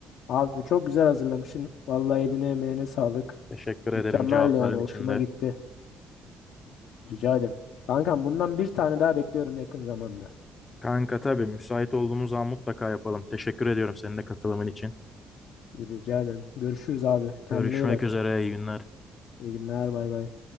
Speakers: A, on the left (about 75°); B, on the left (about 25°).
A: Abi çok güzel hazırlamışsın. Vallahi eline emeğine sağlık.
B: Teşekkür ederim
A: Mükemmel
B: cevapların
A: yani hoşuma
B: içinde.
A: gitti. Rica ederim. Kankam bundan bir tane daha bekliyorum yakın zamanda.
B: Kanka tabii müsait olduğumuz zaman mutlaka yapalım. Teşekkür ediyorum senin de katılımın için.
A: Rica ederim. Görüşürüz abi. Kendine
B: Görüşmek
A: iyi bak.
B: üzere, iyi günler.
A: İyi günler bay bay.